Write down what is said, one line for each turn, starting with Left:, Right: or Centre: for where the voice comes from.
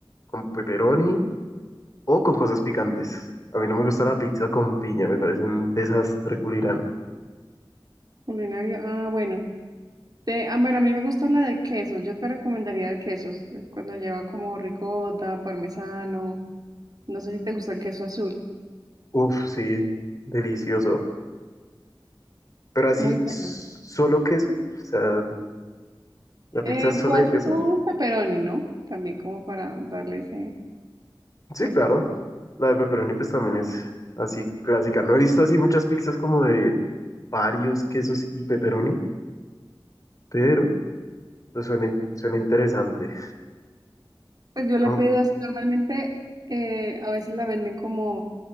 Left: con pepperoni o con cosas picantes. A mí no me gusta la pizza con piña, me parece un desastre culirán.
Right: Culinario. Ah, bueno. Te- ah, bueno, a mí me gusta la de quesos. Yo te recomendaría de quesos. eh, Cuando lleva como ricota, parmesano. No sé si te gusta el queso azul.
Left: Uf, sí, delicioso. Pero así,
Right: Muy bueno.
Left: s- solo queso, o sea, la
Right: Eh,
Left: pizza sola
Right: puede
Left: de
Right: ser
Left: queso.
Right: como un pepperoni, ¿no? También como para darle ese, como
Left: Sí, claro.
Right: ese toque.
Left: La de pepperoni pues también es así clásica. No he visto así muchas pizzas como de varios quesos y pepperoni, pero pues suena, in- suena interesante.
Right: Pues yo le
Left: Mm,
Right: he pedido así. Normalmente eh, a veces la venden como,